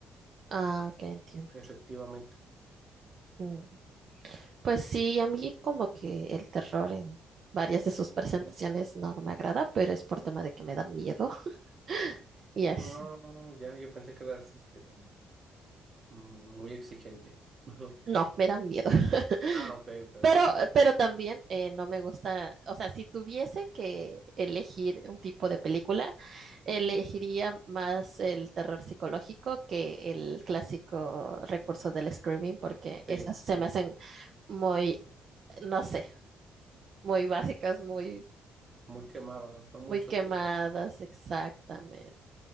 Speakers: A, on the right (about 50°); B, on the right (about 35°).
A: Ah, ok, entiendo.
B: Efectivamente.
A: entiendo. Pues sí, a mí como que el terror en varias de sus presentaciones no, no me agrada, pero es por tema de que me da miedo <laughs> y
B: No,
A: así.
B: no, ya, yo pensé que eras este, mm, muy exigente. <laughs>
A: No, me da miedo. <laughs>
B: Ah, ok, ok,
A: Pero,
B: ok.
A: pero también eh, no me gusta, o sea, si tuviese que elegir un tipo de película, elegiría más el terror psicológico que el clásico recurso del screaming, porque esas
B: Sí,
A: se
B: sí,
A: me hacen
B: sí.
A: muy, no sé, muy básicas, muy,
B: Muy quemadas, no mucho
A: muy quemadas,
B: te das.
A: exactamente.